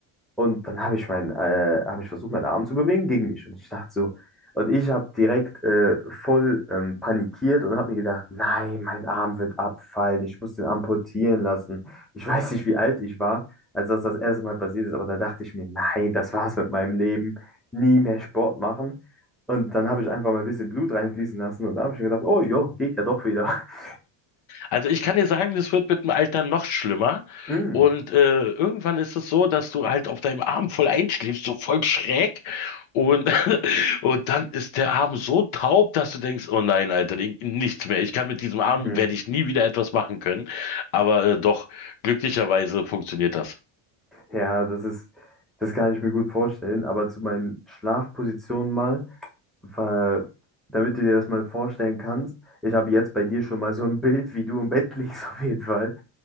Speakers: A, in the centre; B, on the left.
A: Und dann habe ich meinen, äh, habe ich versucht, meinen Arm zu bewegen gegen mich. Und ich dachte so, und ich habe direkt äh, voll ähm, panikiert und habe mir gedacht, nein, mein Arm wird abfallen, ich muss den amputieren lassen. Ich weiß nicht, wie alt ich war, als das das erste Mal passiert ist, aber da dachte ich mir, nein, das war's mit meinem Leben, nie mehr Sport machen. Und dann habe ich einfach mal ein bisschen Blut reinfließen lassen und da habe ich mir gedacht, oh jo, geht ja doch wieder. <laughs>
B: Also ich kann dir sagen, das wird mit dem Alter noch schlimmer
A: Mm,
B: und äh, irgendwann ist es so, dass du halt auf deinem Arm voll einschläfst, so voll schräg und <laughs> und dann ist der Arm so taub, dass du denkst, oh nein, Alter, den- nichts mehr. Ich kann mit diesem Arm
A: mhm.
B: werde ich nie wieder etwas machen können, aber äh, doch glücklicherweise funktioniert das.
A: Ja, das ist, das kann ich mir gut vorstellen, aber zu meinen Schlafpositionen mal. Weil, damit du dir das mal vorstellen kannst, ich habe jetzt bei dir schon mal so ein Bild, wie du im Bett liegst, <laughs> auf jeden Fall.